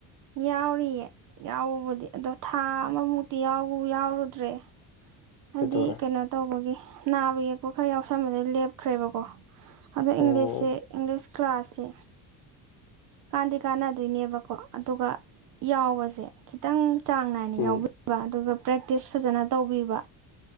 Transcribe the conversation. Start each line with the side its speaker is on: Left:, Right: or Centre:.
Right: ꯌꯥꯎꯔꯤꯌꯦ ꯌꯥꯎꯎꯨꯕꯨꯗꯤ ꯑꯗꯣ ꯊꯥ ꯑꯃꯃꯨꯛꯇꯤ ꯌꯥ ꯌꯥꯎꯔꯨꯗ꯭ꯔꯦ ꯍꯥꯏꯗꯤ
Left: ꯀꯩꯇꯧꯔꯦ
Right: ꯀꯩꯅꯣ ꯇꯧꯕꯒꯤ ꯅꯥꯕ ꯌꯦꯛꯄ ꯈꯔ ꯌꯥꯎꯁ ꯁꯕꯗꯩ ꯂꯦꯞꯈ꯭ꯔꯦꯕꯀꯣ ꯑꯗ
Left: ꯑꯣ
Right: ꯏꯪꯂꯤꯁꯦ ꯏꯪꯂꯤ ꯀ꯭ꯂꯥꯁꯦ ꯀꯥꯟꯗꯤ ꯀꯥꯟꯅꯗꯣꯏꯅꯦꯕꯀꯣ ꯑꯗꯨꯒ ꯌꯥꯎꯕꯁꯦ ꯈꯤꯇꯪ ꯆꯥꯡ ꯅꯥꯏꯅ
Left: ꯎꯝ
Right: ꯌꯥꯎꯕꯤꯕ ꯑꯗꯨꯒ ꯄ꯭ꯔꯦꯛꯇꯤꯁ ꯐꯖꯅ ꯇꯧꯕꯤꯕ